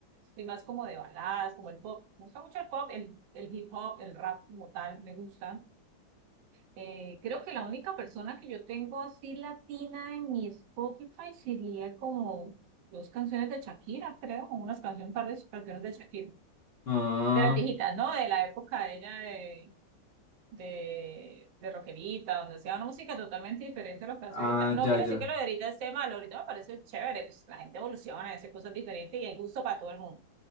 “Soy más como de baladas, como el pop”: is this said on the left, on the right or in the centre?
Right